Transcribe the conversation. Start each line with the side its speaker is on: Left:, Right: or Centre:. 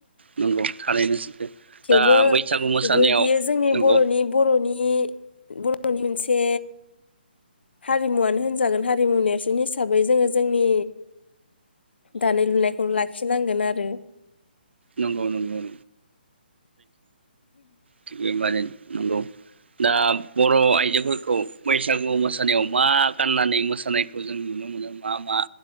Right: नंगौ। थारैनो सैथो।
Left: थेवबो
Right: दा बैसागु मोसानायाव
Left: थेवबो बियो जोंनि
Right: नंगौ
Left: बर'नि बर'नि बर'नि मोनसे हारिमुवानो होनजागोन हारिमु नेरसोन हिसाबै जोङो जोंनि दानाय लुनायखौ लाखिनांगोन आरो
Right: नंगौ नंगौै। थिग <unintelligible> माने। नंगौ दा बर' आइजोफोरखौ बैसागु मोसानायाव मा गाननानै मोसानायखौ जों नुनो मोनो मा मा